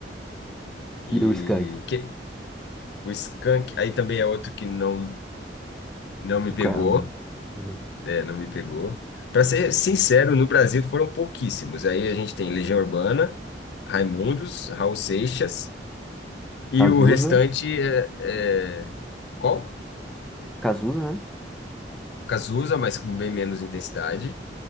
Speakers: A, on the left; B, in the centre.
A: E
B: E o Skank.
A: que, o Skank, aí também é outro que não, não me
B: No
A: pegou.
B: ca- no- Uhum.
A: É, não me pegou. Pra ser sincero, no Brasil foram pouquíssimos. Aí a gente tem Legião Urbana, Raimundos, Raul Seixas, e
B: Cazuza.
A: o restante é. é... Qual?
B: Cazuza, né?
A: Cazuza, mas com bem menos intensidade.